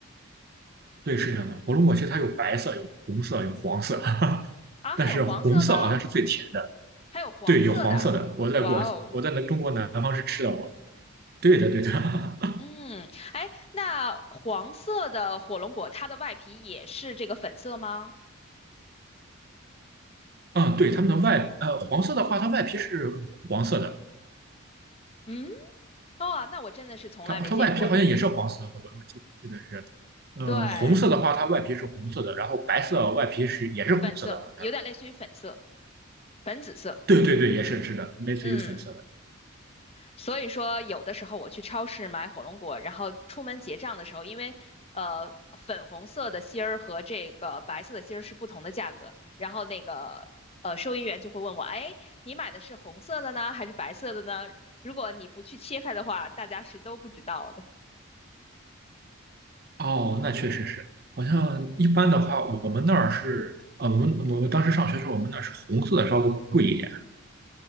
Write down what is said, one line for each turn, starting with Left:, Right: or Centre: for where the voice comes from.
Right: 对，是这样的。火龙果其实它有白色、有红色、有黄色，<laughs>
Left: 啊。
Right: 但是红色好像是最甜的。
Left: 还有黄色吗？还有黄色的，
Right: 对，有黄色的。我在广，
Left: 哇哦，
Right: 我在那中国南方是吃到过的。对的，对的。<laughs>
Left: 嗯，哎，那黄色的火龙果它的外皮也是这个粉色吗？
Right: 嗯，对，它们的外，呃，黄色的话，它外皮是黄色的，
Left: 嗯，哦啊，那我真的是从来没见过。
Right: 它它外皮好像也是黄色的，我我记记得是。呃，
Left: 对，
Right: 红色的话，它外皮是红色的，然后白色外皮是也是红色的，
Left: 粉色，
Right: 好像。
Left: 有点类似于粉色、粉紫色。
Right: 对对对，也是是的，类似于粉色的。
Left: 嗯，所以说有的时候我去超市买火龙果，然后出门结账的时候，因为呃粉红色的芯儿和这个白色的芯儿是不同的价格，然后那个呃收银员就会问我，哎，你买的是红色的呢，还是白色的呢？如果你不去切开的话，大家是都不知道的。
Right: 哦，那确实是。好像一般的话，我们那儿是，呃，我们我们当时上学的时候，我们那儿是红色的稍微贵一点。